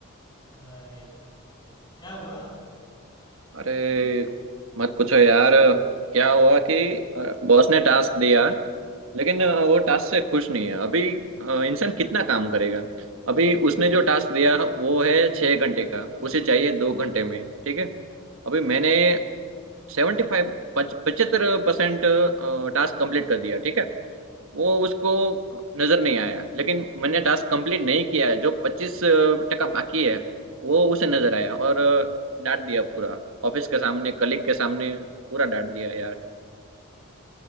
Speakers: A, on the left; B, on the right.
A: अरे क्या हुआ
B: अरे मत पूछो यार क्या हुआ कि बॉस ने टास्क दिया लेकिन अ, वो टास्क से खुश नहीं है अभी अ, इंसान कितना काम करेगा अभी उसने जो टास्क दिया वो है छः घंटे का उसे चाहिए दो घंटे में ठीक है अभी मैंने सेवेंटी फाइव पचहत्तर परसेंट टास्क कंप्लीट कर दिया ठीक है वो उसको नजर नहीं आया लेकिन मैंने टास्क कंप्लीट नहीं किया है जो पच्चीस टका बाकी है वो उसे नजर आया और अ, डांट दिया पूरा ऑफिस के सामने कलीग के सामने पूरा डांट दिया यार